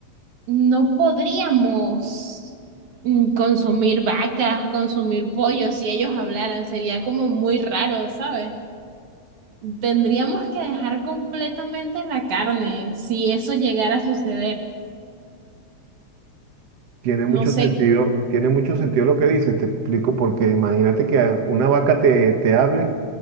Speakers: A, on the right; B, on the right.
A: no podríamos mm, consumir vacas, consumir pollos, si ellos hablaran, sería como muy raro, ¿sabes? Tendríamos que dejar completamente la carne si eso llegara a suceder.
B: Tiene mucho
A: No
B: sentido,
A: sé
B: tiene mucho sentido lo que dices, te explico, porque imagínate que a- una vaca te, te hable